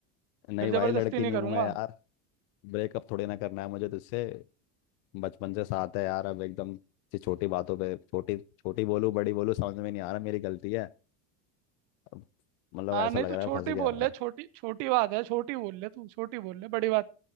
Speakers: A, on the left (about 75°); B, on the right (about 75°).
A: नहीं
B: फिर जबरदस्ती
A: भाई लड़की
B: नहीं
A: नहीं
B: करूंगा
A: हूं मैं यार ब्रेकअप थोड़ी ना करना है मुझे तुझसे बचपन से साथ है यार अब एकदम से छोटी बातों पे छोटी छोटी बोलूं बड़ी बोलूं समझ में नहीं आ रहा मेरी गलती है अब मतलब
B: हाँ
A: ऐसा
B: नहीं
A: लग
B: तू
A: रहा
B: छोटी
A: है फंस गया
B: बोल
A: हुआ
B: ले
A: है
B: छोटी छोटी बात है छोटी बोल ले तू छोटी बोल ले बड़ी बात